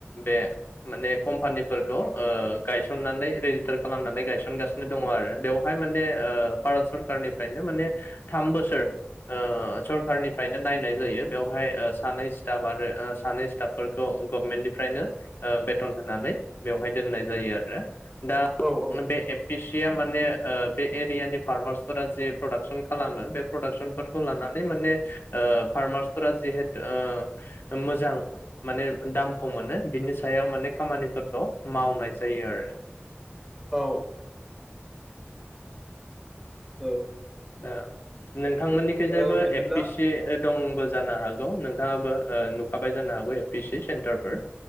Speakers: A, on the left; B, in the centre.
A: बे माने कम्पानिफोर खौ ओ गायसननानै रेजिस्टार खालामनानै गायसनगासिनो दङ आरो बेवहाय माने ओ भारत सरखारारनिफ्रायनो माने थाम बोसोर ओ सरखारनिफ्रायनो नायनाय जायो बेवहाय सानै स्टाफ आरो सानै स्टाफफोरखौ गभमेन्टनिफ्रायनो बेथन होनानै बेवहाय दोननाय जायो आरो दा
B: औ औ
A: बे एफिस या माने ओ बे एरियानि फार्मार्सफोरा जि प्रडाक्सन खालामो बे प्रदाक्सनफोरखौ लानानै माने ओ फार्मार्स फोर जिहेथु ओ मोजां माने दामखौ मोनो बिनि सायाव माने खामानि फोरखौ मावनाय जायो आरो
B: औ औ
A: ओ नोंथांमोननिखै जायबो
B: ओ बिदिब्ला
A: एफ पि सि दंबो जानो हागौ नोंथाङाबो ओ नुखाबाय जानो हागौ ए पि सि सेन्टारफोर